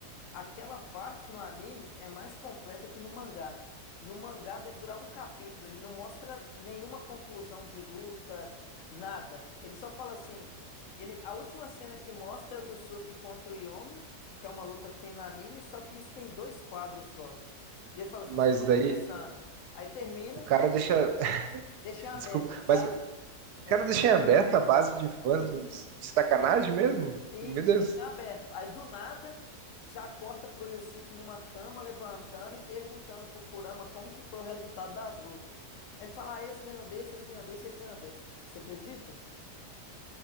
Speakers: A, on the left; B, on the right.
A: Aquela parte no anime é mais completa que no mangá. No mangá deve durar um capítulo, ele não mostra nenhuma conclusão de luta, nada. Ele só fala assim, ele, a última cena que mostra é o Yusuke contra o Yomi, que é uma luta que tem no anime, só que isso tem dois quadros só. E ele fala assim,
B: Mas
A: eu só tô
B: daí
A: começando. Aí termina,
B: o cara deixa. <laughs>
A: deixa em aberto,
B: Desculpa,
A: saca?
B: mas o
A: É,
B: cara deixa em aberto a base de fãs
A: sim.
B: dos- de sacanagem mesmo?
A: Sim,
B: Meu Deus.
A: deixa em aberto. Aí do nada já corta pro Yusuke numa cama levantando e perguntando pro Kurama como que foi o resultado das lutas. Ele fala: ah, esse ganhou desse, esse ganhou desse, esse ganhou desse. Você acredita?